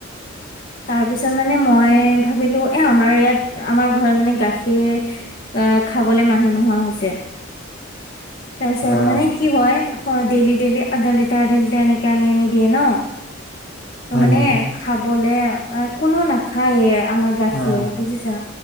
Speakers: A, on the left; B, on the left.
A: তাৰপিছত মানে, মই ভাবিলোঁ! এ, আমাৰ ইয়াত, আমাৰ ঘৰত মানে, গাখীৰ আঁ খাবলৈ মানুহ নোহোৱা হৈছে। তাৰপিছত,
B: অ
A: মানে কি হয়, ডেইলি-ডেইলি আধা লিটাৰ, ডেইল লিটাৰ এনেকে আনি, আনি দিয়ে ন'।
B: হয়
A: <inaudible> মানে,
B: নেকি
A: খাবলে, কোনো নাখায়ে, আমাৰ গাখীৰ
B: অ
A: বুজিছা!